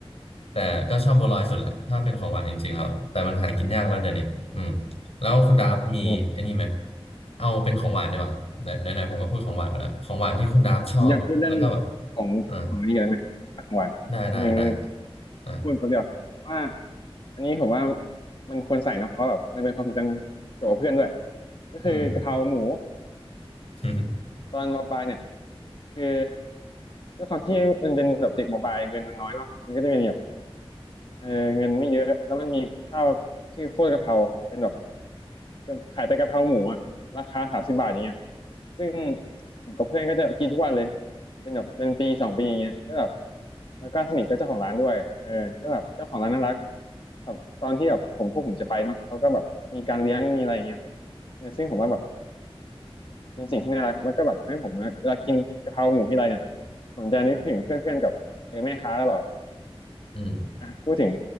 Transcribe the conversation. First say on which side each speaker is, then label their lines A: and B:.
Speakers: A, on the left; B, on the left.
A: แต่ก็ชอบบัวลอยสุดแหละถ้าเป็นของหวานจริงๆครับแต่มันหากินยากแล้วเดี๋ยวนี้อืมแล้วคุณดาบมีไอ้นี่ไหม
B: อย่าง
A: เอาเป็นของหวานดีกว่าไหนไหนๆผมก็พูดของหวานไปแล้วของหวานที่คุณดาบชอบแล้วก็แบบ
B: ผมอยากพูดเรื่องของของอันนี้กันได้ไหมของหวานนิดนึงนิดนึง
A: อ่าได้ได้ได้อ่า
B: พูดแป๊บเดียวว่าอันนี้ผมว่ามันควรใส่เนาะเพราะแบบมันเป็นความทรงจำเกี่ยวกับเพื่อนด้วยก็คือกะเพราหมู
A: อืม <laughs>
B: ตอนมปลายเนี่ยคือด้วยความที่มันเป็นแบบเด็กมปลายเงินมันน้อยเนาะมันก็จะมีแบบ เออเงินไม่เยอะแล้วมันมีข้าวชื่อโคตรกะเพราเป็นแบบก็ขายแต่กะเพราหมูอะราคาสามสิบบาทอย่างเงี้ยซึ่งผมกับเพื่อนก็จะกินทุกวันเลยเป็นแบบเป็นปีสองปีอย่างเงี้ยก็แบบแล้วก็สนิทกับเจ้าของร้านด้วยเออก็แบบเจ้าของร้านน่ารักแบบตอนที่แบบผมพวกผมจะไปเนาะเขาก็แบบมีการเลี้ยงมีอะไรอย่างเงี้ยเออซึ่งผมว่าแบบเป็นสิ่งที่น่ารักแล้วก็แบบทำให้ผมเวลากินกะเพราหมูที่ไรเนี่ยผมจะนึกถึงเพื่อนๆกับเออแม่ค้าตลอด
A: อืม
B: อ่ะพูดถึง